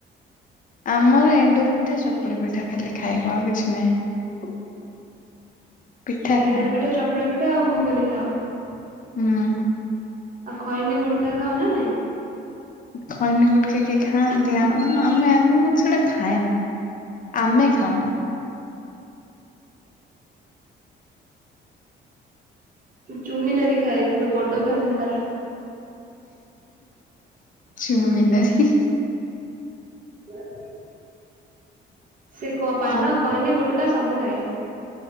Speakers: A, on the left; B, on the right.
A: ଆମର ଏଣ୍ଡୁରି ପିଠା ଚକୁଳି ପିଠା ଖାଲି ଖାଇବ ଆଉ କିଛି ନାହିଁ। ପିଠା
B: ଏଣ୍ଡୁର
A: ଖା।
B: ପିଠା ଚକୁଳି ପିଠା ଆଉ ଘୁଗୁନି ଖାଅ।
A: ହୁଁ
B: ଆଉ ଖଇନି ଗୁଟକା ଖାଅ ନା ନାଇଁ?
A: ଖଇନି ଗୁଟକା କିଏ ଖାଆନ୍ତି ଆଉ ଆମେ ମୁ ସେଇଟା ଖାଏ ନା। ଆମେ ଖାଉନା।
B: ଚୁମି ନାରୀ ଖାଏ କିନ୍ତୁ ବଡ ଫ୍ୟାନ୍ ମୁଁ ତାର।
A: ଚୁମିିନାରୀ।
B: ହୁଁ। ସେ କ ପାନ
A: ଆଉ
B: ଖଇନି ଗୁଟକା ସବୁ ଖାଏ